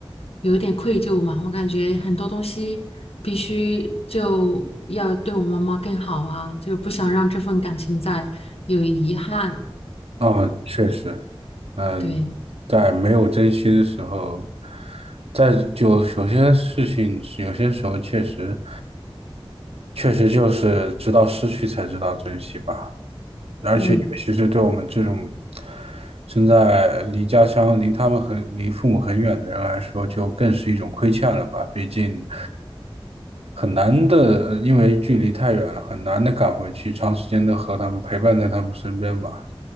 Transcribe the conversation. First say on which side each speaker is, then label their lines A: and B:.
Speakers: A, on the left; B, on the right.
A: 有一点愧疚嘛，我感觉很多东西必须就要对我妈妈更好啊，就不想让这份感情再有遗憾。
B: 啊，确实，嗯，
A: 对，
B: 在没有珍惜的时候，在就有些事情是有些时候确实确实就是直到失去才知道珍惜吧。而且尤其是对我们这种
A: 嗯，
B: 现在离家乡、离他们很、离父母很远的人来说，就更是一种亏欠了吧？毕竟很难的，呃因为距离太远了，很难的赶回去，长时间的和他们陪伴在他们身边吧。